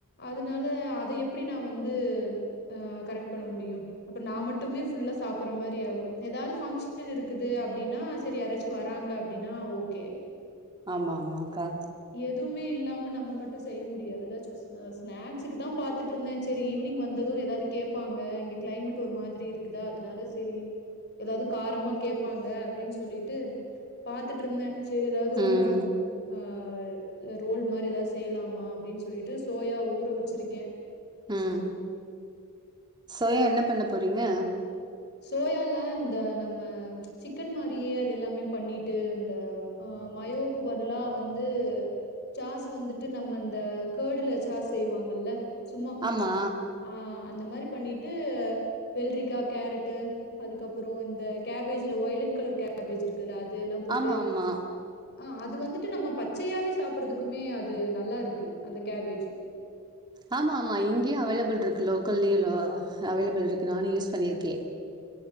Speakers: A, on the left; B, on the right.
A: அதனால அத எப்டி நா வந்து ஆ கரெக்ட் பண்ண முடியோம் அப்ப நா மட்டுமே ஃபுல்லா சாப்பறா மாரி ஆகோ எதாவது ஃபங்க்ஷன் இருக்குது அப்டின்னா செரி யாராச்சு வராங்க அப்டின்னா ஓகே
B: ஆமா ஆமாக்கா
A: எதுவுமே இல்லா நம்ம மட்டோ செய்ய முடியாதுல ஸ்நாக்ஸுக்குதா பாத்துட்டுருந்தே செரி ஈவினிங் வந்ததோ எதாவது கேட்பாங்க இங்க கிளைமேட் ஒரு மாரியிருக்குதா அதனால செரி எதாவது காரமா கேப்பாங்க அப்டின்னு சொல்லிட்டு பாத்துட்டுயிருந்தே சேரி எதாவது
B: ம்
A: ஓ ஆ ரோல் மாரி எதாவது செய்யலாமா அப்டின்னு சொல்லிட்டு சோயா ஊற வெச்சிருக்கே
B: ம் சோயா என்ன பண்ண போறீங்க
A: சோயால இந்த நம்ம சிக்கன் மாரியே அது எல்லாமே பண்ணிட்டு இந்த அ மயோக்கு பதிலா வந்து சாஸ் வந்துட்டு நம்ம இந்த கர்டுல சாஸ் செய்வாங்கல்ல சும்மா
B: ஆமா
A: ஆ அந்த மாரி பண்ணிட்டு வெல்ரிக்கா கேரட் டு அதுக்கப்பறோம் இந்த கேபேஜ்ல வொய்லெட் கலர் கேபேஜ்யிருக் குதுல அதுயெல்லா போட்டு
B: ஆமா ஆமா
A: ஆ அது வந்து ட்டு நம்ம பச்சயாவே சாப்புறதுக்குமே அது நல்லாயிருக்கு அந்த கேபேஜ்ஜூ
B: ஆமாம்மா இங்கயே அவைலபள்யிருக்கு லோக்கல்லயே அவைலபள்யிருக்கு நானே யூஸ் பண்ணியிருக் க்கே